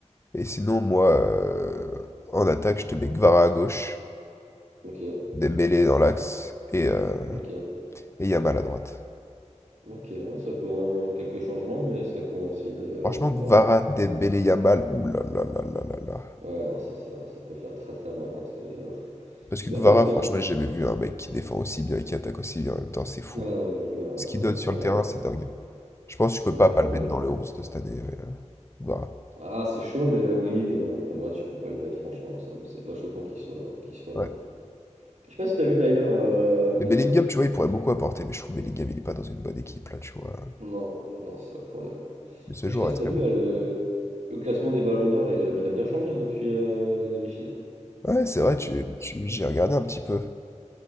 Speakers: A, on the left (about 20°); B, on the right (about 70°).
A: Et sinon, moi, euh, en attaque, je te mets Gvara à gauche,
B: Ok.
A: Dembélé dans l'axe et, euh,
B: Ok.
A: et Yamal à droite.
B: Ok. Ouais, ça coïn- quelques changements, mais ça coïncide euh,
A: Franchement,
B: la plupart.
A: Kvara, Dembélé, Yamal, ouh là là là là là là.
B: Ouais, non, ça, ça, ça peut faire très très mal. hein. Ça, y a-
A: Parce que
B: il
A: Kvara,
B: n'y a y a aucun
A: franchement,
B: doute.
A: j'ai jamais vu un mec qui défend aussi bien et qui attaque aussi bien en même temps, c'est fou.
B: Ah non, bah, il a,
A: Ce qu'il donne
B: il va-
A: sur le
B: ah,
A: terrain,
B: il a, la
A: c'est dingue. Je pense que je
B: ah,
A: peux
B: non,
A: pas
B: il a
A: pas
B: la
A: le
B: dalle.
A: mettre dans le 11 de cette année, ouais, euh, Kvara.
B: Ah, c'est chaud, mais euh, oui, non, en vrai, tu pourrais le mettre, franchement, ça, me- c'est pas choquant qu'il soit, qu'il soit
A: Ouais.
B: là. Je sais pas si t'as vu d'ailleurs. euh, hum,
A: Mais Bellingham, tu vois, il pourrait beaucoup apporter, mais je trouve que Bellingham, il est pas dans une bonne équipe, là, tu vois.
B: Non, non, c'est ça le problème.
A: Mais ce
B: Mais
A: joueur
B: je sais pas si
A: est très
B: t'as vu
A: bon.
B: là le, le classement des Ballons d'Or, là, il a, il a bien changé hein, depuis euh, les demi-finales.
A: Ouais, c'est vrai, tu, tu- j'ai regardé un petit peu.